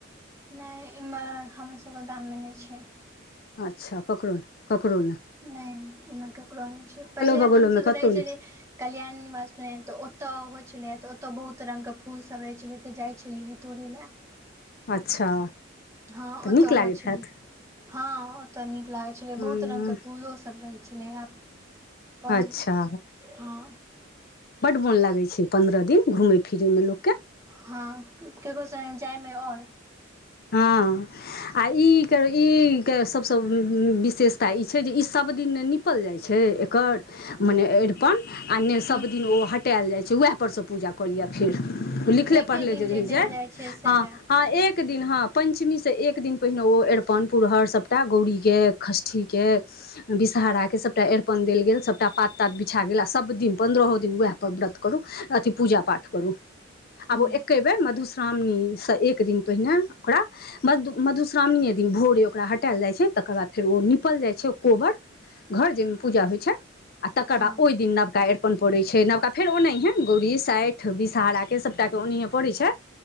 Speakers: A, on the right; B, on the left.
A: नए इमहर हमर सभके गाम में नइ छैय।
B: अच्छा ककरो ककरो ने
A: नइ इम्हर ककरो नइ छैय पहिले
B: बगलोमे
A: हम सब
B: कतहु
A: रहै
B: नहि
A: छलियै कल्याण निवास तऽ ओतय होइ छैय। छलै तऽ ओतय बहुत रङ्गके फूलसभ रहै छलै तऽ जाइ छलियै तोड़य लए
B: अच्छा
A: हँ
B: तऽ
A: ओतऽ
B: नीक लागैत
A: होइ छलै
B: हैत
A: हँ ओतय नीक लागे छले
B: हँ
A: बहुत रंग के फूलो सब रहै छैय छलै अपन
B: अच्छा
A: हँ
B: बड्ड मोन लागै छैय पन्द्रह दिन घूमय फिरयमे लोककेँ
A: हँ ककरो संगे जायमे ओर
B: हँ आ ई ई केँ सभसे विशेषता ई छै जे ई सभ सब दिन ने निपल जाइ छैय एकर मने अरिपन आ नइ सभ
A: हूँ
B: दिन ओ हटायल जाय छै उहै पर स पूजा कऽ लिअ फेर। लिखले
A: एके
B: पढ़ले
A: दिन
B: जे रहि जाए
A: देल जाइ छै सएह
B: हां हां एक एक दिन हँ पञ्चमी से एक दिन पहिने ओ अरिपन पुरहर सभटा गौरीके षष्ठीके विषहाराा के सभटा अरिपन देल गेल सभटा पात तात बिछा गेल आ सभ दिन पन्द्रहो दिन उएह पर व्रत कर अथि पूजा पाठ करू
A: हूँ
B: आब एक्के बेर मधुसरावनी से एक दीन पहिने ओकरा मधु मधुश्रावणिये दिन भोरे ओकरा हटाएल जाइ छैय तकर बाद फेर ओ निपल जाइ छैय। कोबर घर जेहिमे पूजा होइ छैय आ तकर
A: हँ
B: बाद ओई दिन नवका अरिपन पड़ै छैय नवका फेर ओनाहिये गौरी साइठ विषहाराके सभटा पड़ै छैय